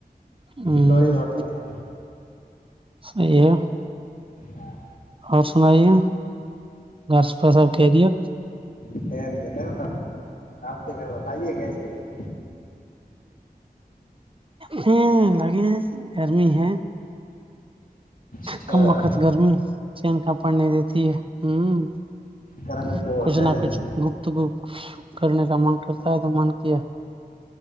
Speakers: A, on the right; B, on the left.
A: ہ
B: تھوڑی بہاتیں ہیں
A: صی ہے
B: ہاں
A: اور سنائیے گرس پر سب کہہ دیا
B: سی گٹ سح آپ کے گھر بتائیے کیسے ہے
A: ہوں ہ لگے ہیں گرمی ہے
B: اچھا
A: کم وقت گرمی <unintelligible> چین کا پڑنی دیتی ہے ہوں
B: کرنی
A: <unintelligible>
B: تو
A: کچھ
B: ہے
A: نہ
B: ہی
A: کچھ گپت گپ <unintelligible> کرنے کا من کرتا ہے تو من کیا